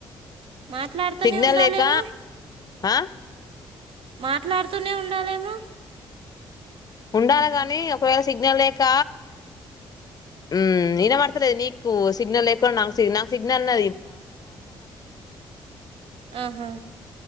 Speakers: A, on the right (about 65°); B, on the left (about 40°).
A: మాట్లాడుతూనే
B: సిగ్నల్
A: ఉండాలేమో
B: లేక ఆ
A: మాట్లాడుతూనే ఉండాలేమో
B: ఉండాలి గానీ ఒకవేళ సిగ్నల్ లేక ఉ ఇనపడతలేద నీకు సిగ్నల్ లేకు నా సి నా సిగ్నల్ న
A: ఆహా